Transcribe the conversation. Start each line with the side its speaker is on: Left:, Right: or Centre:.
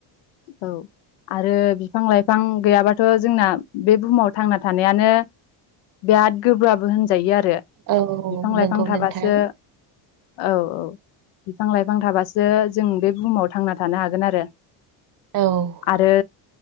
Left: औ आरो बिफां लाइफां गैयाबाथ' जोंना बे बुहुमाव थांना थानायानो बिराद गोब्राब होनजायो आरो
Right: औ
Left: बिफां
Right: नंगौ
Left: लाइफां थाबासो
Right: नोंथां।
Left: औ औ बिफां लाइफां थाबासो जों बे बुहुमाव थांना थानो हागोन आरो
Right: औ
Left: आरो